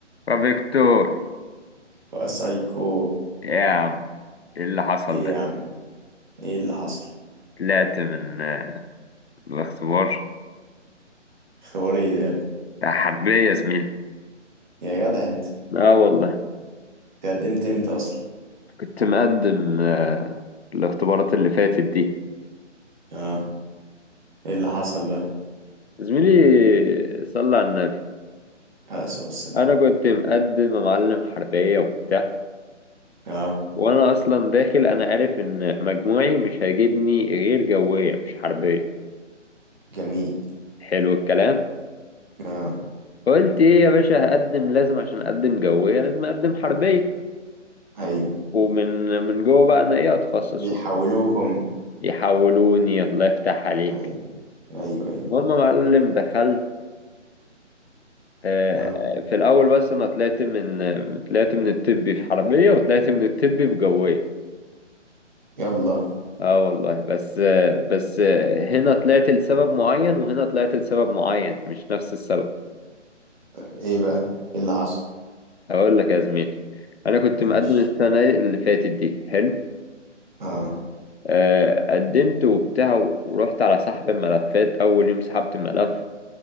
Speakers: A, on the left (about 60°); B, on the right (about 40°).
A: ففيكتور
B: فسايكو
A: يا عم ايه اللي حصل
B: ايه
A: ده
B: يا عم ايه اللي حصل
A: طلعت من آه، من الاختبار
B: اختبار ايه ده يا ابني
A: ده حربية يا زميلي
B: يا جدع انت
A: اه والله
B: تقدمت امتى اصلا
A: كنت مقدم آه، الاختبارات اللي فاتت دي
B: اه ايه اللي حصل بقى
A: زميلي صلى على النبي
B: عليه الصلاة والسلام
A: انا كنت مقدم يا معلم حربية وبتاع
B: اه
A: وانا اصلا داخل انا عارف ان مجموعي مش هيجيبني غير جوية مش حربية
B: جميل
A: حلو الكلام
B: اه
A: قلت ايه يا باشا هقدم لازم عشان اقدم جوية لازم اقدم حربية
B: ايوه
A: ومن من جوه بقى انا ايه اتخصص
B: بيحولوكم
A: وبتاع يحولوني الله يفتح عليك
B: ايوه ايوه ايوه
A: المهم يا معلم دخلت آه،
B: اه
A: في الاول بس انا طلعت من طلعت من الطبي في حربيه وطلعت من الطبي في جويه
B: يلا
A: اه والله بس آه، بس آه، هنا طلعت لسبب معين وهنا طلعت لسبب معين مش نفس السبب
B: طب ايه بقى ايه اللي حصل
A: اقول لك يا زميلي انا كنت
B: ماشي
A: مقدم السنه اللي فاتت دي حلو
B: اه
A: آه، قدمت وبتاع ورحت على سحب الملفات اول يوم سحبت الملف